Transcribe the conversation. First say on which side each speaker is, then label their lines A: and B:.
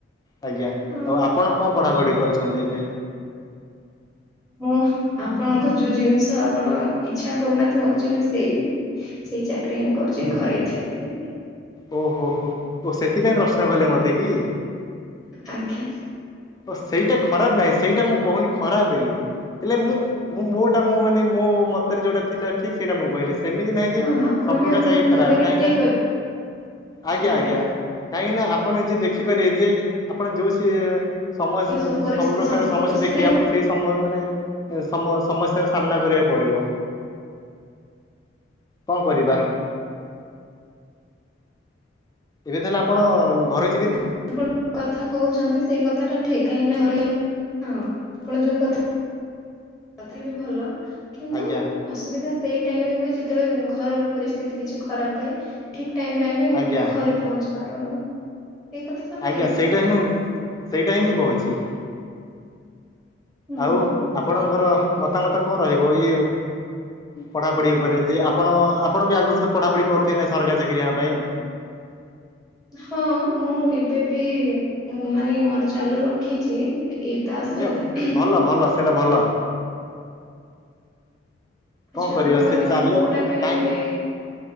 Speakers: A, on the left; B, in the centre.
A: ଆଜ୍ଞା
B: ହଁ।
A: ଆଉ ଆପଣ କଣ ପଢାପଢି କରୁଛନ୍ତି ଏବେ?
B: ମୁଁ ଆପଣଙ୍କ ଯୋଉ ଜିନଷ ଆପଣ ଇଚ୍ଛା କରୁନାହାଁନ୍ତି, ମୁଁ ଆକ୍ଚୁଆଲି ସେଇ ସେଇ ଚାକିରୀ ହିଁ କରୁଛି ଘରୋଇ ଚାକି ଏଥିରେ
A: ଓହୋ ହୋ। ଓ ସେଥିପାଇଁ ପ୍ରଶ୍ନ କଲେ ମତେ କି?
B: ଆଜ୍ଞା
A: ତ ସେଇଟା ଖରାପ ନାହିଁ ସେଇଟା ମୁଁ କହୁନି ଖରାପ ବେଲି ହେଲେ ମୁଁ ମୁଁ ମୋଟା ମୁଁ ମାନେ ମୋ ମତରେ ଯୋଉଟା ଥିଲା ଠିକ ସେଇଟା ମୁଁ କହିଲି। ସେମିତି ନାହିଁ ଯେ
B: ହଁ ଆପଣ
A: ସବୁପ୍ରକାର
B: ବି ଆପଣଙ୍କ
A: ଚାକିରୀ ଖରାପ
B: ଜାଗାରେ
A: କାହିଁକିନା
B: ଠିକ ଅଛନ୍ତି।
A: ଆଜ୍ଞା ଆଜ୍ଞା। କାହିଁକି ନା ଆପଣ ନିଜେ ଦେଖିପାରିବେ ଯେ, ଆପଣ ଯୋଉ ସେ ସମୁ ଅସ୍
B: ଏ ପରିସ୍ଥିତି
A: ସବୁ ପ୍ରକାର ସମସ୍ୟା
B: ପରିସ୍ଥିତି
A: ଦେଖିବେ ଆପଣ ସେଇ ସମୟ ମାନେ ସମୁଅ ସମସ୍ୟାର ସାମ୍ନା କରିବାକୁ ପଡିବ। କଣ କରିବା? ଏବେ ତାହେଲେ ଆପଣ ଘରେ
B: ଆପଣ ଯୋଉଁ କଥା କହୁଛନ୍ତି ସେଇ କଥାଟା ଠିକ୍। କାହିଁକି ନା ଘରୋଇ ହଁ ଆପଣ ଯୋଉ କଥା ତଥାପି ବି ଭଲ କିନ୍ତୁ
A: ଆଜ୍ଞା
B: ଅସୁବିଧା ସେଇ ଟାଇମରେ ହୁଏ ଯେତେବେଳେ ଘରର ପରିସ୍ଥିତି କିଛି ଖରାପ ଥାଏ, ଠିକ ଟାଇମରେ ଆମେ
A: ଆଜ୍ଞା।
B: ଘରେ ପହଞ୍ଚି ପାରୁନୁ। ଏଇ କଥା ତ
A: ଆଜ୍ଞା।
B: ଠିକ
A: ସେଇଟା ହିଁ ମୁଁ ସେଇଟା ହିଁ ମୁଁ କହୁଛି।
B: ହୁଁ।
A: ଆଉ ଆପଣଙ୍କର ମତାମତ କଣ ରହିବ ଇଏ ପଢାପଢି ଉପରେ ଯେ, ଆପଣ ଆପଣ ବି ଆଗରୁ ତ ପଢାପଢି କ କରିଥିବେ ନା ସରକାରୀ ଚାକିରିଆଙ୍କ ପାଇଁ।
B: <inaudible> ହଁ ମୁଁ ଏବେ ବି ମାନେ ମୋର ଚାଲୁ ରଖିଛି ଇଏ ତାସହିତ
A: ଆଜ୍ଞା ଭଲ ଭଲ ସେଇଟା ଭଲ
B: ଆଚ୍ଛା।
A: କଣ କରିବା
B: ଆପଣ
A: ସେ ଚାଲୁ
B: କୋଉଟା ପାଇଁ
A: କାହିଁକି
B: ଏବେ